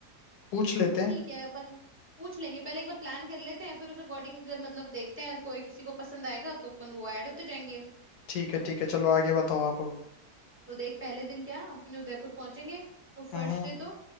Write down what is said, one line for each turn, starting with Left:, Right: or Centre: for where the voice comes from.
Left: पूछ
Right: हाँ
Left: लेते
Right: वो ठीक
Left: हैं
Right: है अपन पूछ लेंगे पहले एक बार प्लान कर लेते हैं फिर उस अकॉर्डिंग अगर मतलब देखते हैं कोई किसी को पसंद आएगा तो अपन वो ऐड होते जाएंगे
Left: ठीक है ठीक है चलो आगे बताओ आप अब
Right: तो देख पहले दिन क्या अपने उदयपुर पहुंचेंगे तो फर्स्ट
Left: हम्म, हम्म।
Right: डे तो